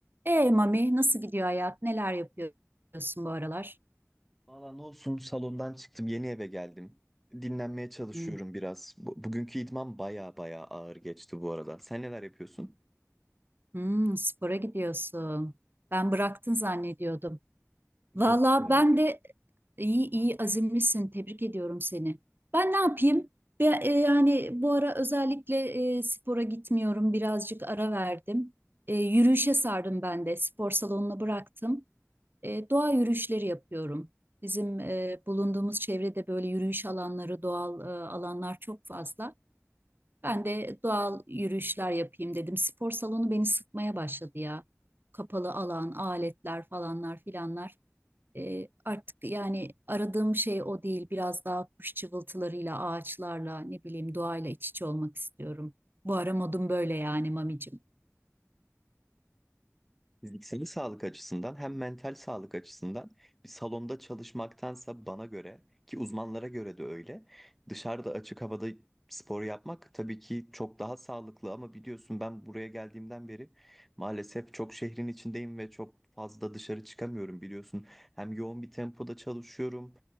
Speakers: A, on the right; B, in the centre.
A: E Mami nasıl gidiyor hayat? Neler yapıyorsun bu aralar?
B: Valla ne olsun salondan çıktım yeni eve geldim. Dinlenmeye çalışıyorum
A: Hmm,
B: biraz. Bu- bugünkü idman baya baya ağır geçti bu arada. Sen neler yapıyorsun?
A: hmm, spora gidiyorsun. Ben bıraktın zannediyordum.
B: Yok
A: Valla
B: ya.
A: ben de iyi iyi azimlisin. Tebrik ediyorum seni. Ben ne yapayım? Be- e, yani bu ara özellikle e, spora gitmiyorum. Birazcık ara verdim. E, yürüyüşe sardım ben de. Spor salonuna bıraktım. E, doğa yürüyüşleri yapıyorum. Bizim e, bulunduğumuz çevrede böyle yürüyüş alanları, doğal e, alanlar çok fazla. Ben de doğal yürüyüşler yapayım dedim. Spor salonu beni sıkmaya başladı ya. Kapalı alan, aletler falanlar filanlar. Ee, artık yani aradığım şey o değil. Biraz daha kuş cıvıltılarıyla, ağaçlarla, ne bileyim doğayla iç içe olmak istiyorum. Bu ara modum böyle yani mamicim.
B: Fiziksel sağlık açısından hem mental sağlık açısından bir salonda çalışmaktansa bana göre ki uzmanlara göre de öyle dışarıda açık havada spor yapmak tabii ki çok daha sağlıklı ama biliyorsun ben buraya geldiğimden beri maalesef çok şehrin içindeyim ve çok fazla dışarı çıkamıyorum biliyorsun. Hem yoğun bir tempoda çalışıyorum